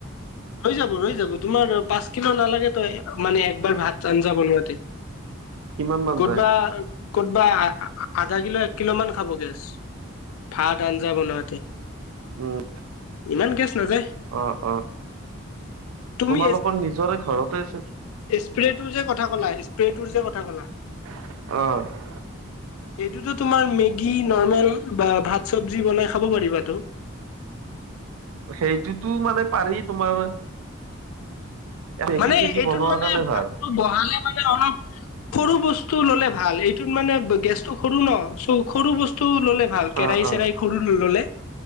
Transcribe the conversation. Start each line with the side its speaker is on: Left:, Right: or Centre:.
Left: ৰৈ যাব ৰৈ যাব তোমাৰ পাঁচ কিলো নালাগে ত মানে একবাৰ ভাত আঞ্জা বনোৱাতে
Right: কিমান মান
Left: ক'তবা
Right: যায়
Left: ক'তবা আধা কিলো এক কিলো মান খাব গেছ ভাত আঞ্জা বনোৱাতে
Right: উম
Left: ইমান গেছ নাযায়
Right: অ অ
Left: তুমি
Right: তোমালোকৰ নিজৰে ঘৰতে আছিল
Left: স্প্ৰে টোৰ যে কথা ক'লা স্প্ৰে তোৰ যে কথা কলা
Right: অ
Left: এইটোতো তোমাৰ মেগী, নৰ্মেল বা ভাত চবজি বনাই খাব পাৰিবাটো
Right: সেইটোতো মানে পাৰি তোমাৰ মেগী
Left: মানে
Right: চেগি
Left: এইটোত
Right: বনোৱাৰ
Left: মানে
Right: কাৰণে
Left: ভাতটো
Right: ভাল
Left: বহালে মানে অলপ সৰু বস্তু ললে ভাল এইটোত মানে গেছটো সৰু ন চ সৰু বস্তু ললে ভাল কেৰাহী
Right: অ অ
Left: চেৰাহ সৰু ললে